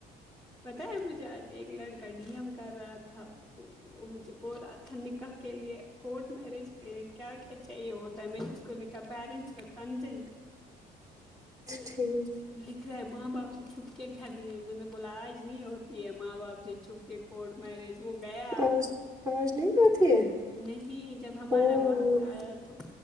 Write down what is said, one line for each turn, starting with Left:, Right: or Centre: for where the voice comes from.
Centre: پتا ہے مجھے آج ایک لڑکا ڈی ایم کر رہا تھا تو وہ مجھے بول رہا تھا نکاح کے لیے کورٹ میرج کے لیے کیا کیا چاہیے ہوتا ہے میں نے اس کو لکھا پیرنٹس کا کنسینٹ
Right: ٹھیک
Centre: لکھ رہا ہے ماں باپ سے چھپک کر رہی ہے میں نے بولا آج نہیں ہوتی ہے ماں باپ سے چھپ کے کورٹ میرج وہ گیا
Right: آج آج نہیں ہوتی ہے
Centre: نہیں جب ہمارا
Right: او
Centre: وقت آیا تو